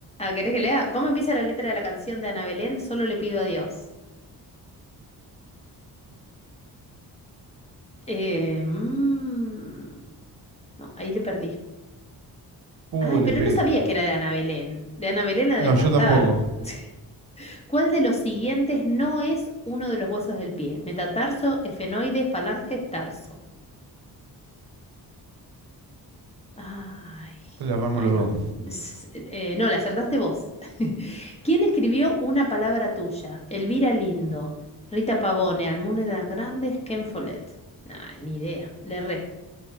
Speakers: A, on the left (about 15°); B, on the right (about 65°).
A: ¿querés que lea? ¿Cómo empieza la letra de la canción de Ana Belén? Solo le pido a Dios. Eh, mm, no, ahí le perdí.
B: Uh,
A: Ay,
B: le
A: pero
B: pegué.
A: no sabía que era de Ana Belén. De Ana Belén la
B: No,
A: de cantar.
B: yo tampoco.
A: <laughs> ¿Cuál de los siguientes no es uno de los huesos del pie? Metatarso, efenoide, falange, tarso. Ay,
B: Le erramos
A: bueno.
B: los dos.
A: Es- eh, no, le acertaste vos. <laughs> ¿Quién escribió Una palabra tuya? Elvira Lindo, Rita Pavone, Almudena Grandes, Ken Follett. Nah, ni idea. Le erré.